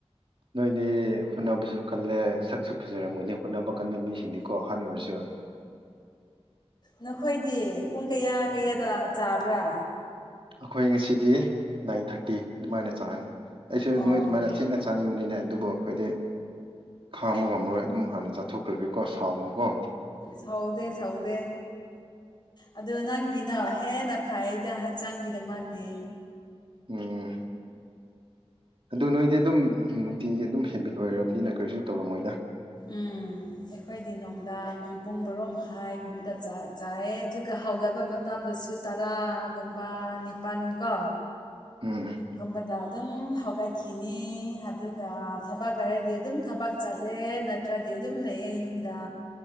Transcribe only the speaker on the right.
ꯅꯣꯏꯗꯤ ꯍꯣꯠꯅꯕꯁꯨ ꯀꯜꯂꯦ ꯁꯛꯁꯨ ꯐꯖꯔꯝꯒꯅꯤ ꯍꯣꯠꯅꯕ ꯀꯟꯕ ꯃꯤꯁꯤꯡꯗꯤꯀꯣ ꯑꯍꯥꯟꯕ ꯑꯣꯏꯔꯁꯨ
ꯑꯩꯈꯣꯏ ꯉꯁꯤꯗꯤ ꯅꯥꯏꯟ ꯊꯥꯔꯇꯤ ꯑꯗꯨꯃꯥꯏꯅ ꯆꯥꯒꯅꯤ ꯑꯩꯁꯨ
ꯅꯣꯏ ꯑꯗꯨꯃꯥꯏꯅ ꯊꯦꯡꯅ ꯆꯥꯅꯤꯡꯕꯅꯤꯅꯦ ꯑꯗꯨꯕꯨ ꯑꯩꯈꯣꯏꯗꯤ ꯈꯥꯡꯕ ꯉꯝꯃꯔꯣꯏ ꯑꯗꯨꯝ ꯍꯥꯟꯅ ꯆꯥꯊꯣꯛ ꯈꯈꯣꯏꯕꯤꯀꯣ ꯁꯥꯎꯅꯨꯀꯣ
ꯑꯣꯝ ꯑꯗꯨ ꯅꯣꯏꯗꯤ ꯑꯗꯨꯝ ꯅꯨꯡꯇꯤꯒꯤ ꯑꯗꯨꯝ ꯍꯦꯕꯤꯠ ꯑꯣꯏꯔꯕꯅꯤꯅ ꯀꯔꯤꯁꯨ ꯇꯧꯔꯝꯃꯣꯏꯗ
ꯎꯝ